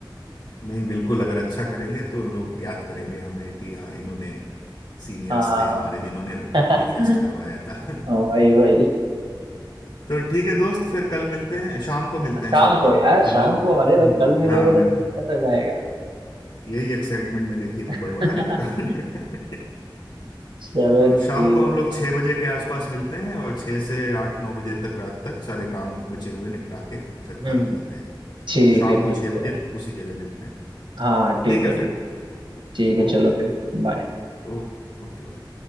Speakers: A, on the left; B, on the right.
A: नहीं बिल्कुल अगर अच्छा करेंगे तो लोग याद करेंगे हमें कि हाँ इन्होंने सीनियर्स
B: हाँ
A: थे हमारे जिन्होंने
B: <laughs> हाँ।
A: ये फेस्ट करवाया था <laughs>
B: वही वही
A: तो ठीक है दोस्त फिर कल मिलते हैं शाम को मिलते
B: शाम
A: हैं सॉरी
B: को यार
A: हम
B: शाम
A: लोग
B: को अरे भाई
A: हम्म
B: कल मिलोगे
A: हाँ मैं
B: तो फिर दिक्कत हो जाएगा
A: यही एक्साइटमेंट में देखिए मैं
B: <laughs>
A: बड़बड़ाने लगा <laughs>
B: चलो
A: तो
B: ठीक
A: शाम को हम
B: है
A: लोग छह बजे के आसपास मिलते हैं और छह से आठ नौ बजे तक रात तक सारे काम बचे हुए निपटा के फिर
B: हम्म
A: कल मिलते हैं फिर
B: ठीक
A: शाम
B: है ठीक
A: को छह
B: है
A: बजे
B: भाई।
A: उसी जगह मिलते हैं
B: हाँ ठीक
A: ठीक है
B: है
A: friend
B: ठीक ठीक है चलो
A: Okay
B: फिर बाय
A: Okay okay bye.